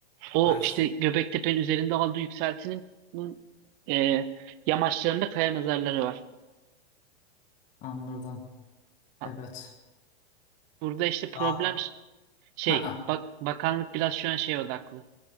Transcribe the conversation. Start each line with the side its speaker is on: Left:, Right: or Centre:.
Right: O
Left: Ay
Right: işte Göbektepe'nin üzerinde aldığı yükseltinin e, yamaçlarında kaya mezarları var.
Left: anladım.
Right: Ha,
Left: Evet.
Right: Burada işte problem
Left: Daha
Right: ş- şey
Left: Ha,
Right: bak, bakanlık biraz şu an şeye odaklı.